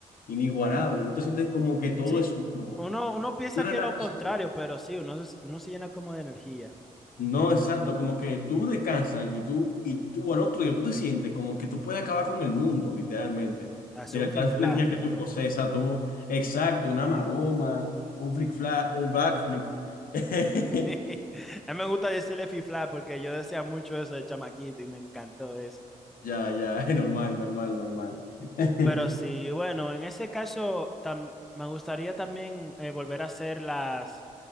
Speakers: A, on the left; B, in the centre.
A: inigualable, no te sientes como que todo
B: Sí,
A: es uno.
B: uno, uno piensa
A: No relajas.
B: que es lo contrario, pero sí, uno se, uno se llena como de energía.
A: No, exacto, como que tú descansas y tú, y tú al otro día tú te sientes como que tú puedes acabar con el mundo, literalmente,
B: Hace
A: de la
B: un fifla
A: tanta energía
B: y
A: que
B: de
A: tú
B: todo.
A: procesas, tú- exacto, una maroma, un flick fla- un backflip. <laughs>
B: <laughs> A mí me gusta decirle fifla porque yo decía mucho eso de chamaquito y me encantó eso.
A: Ya, ya, <laughs> normal, normal, normal. <laughs>
B: Pero sí, bueno, en ese caso tam- me gustaría también eh, volver a hacer las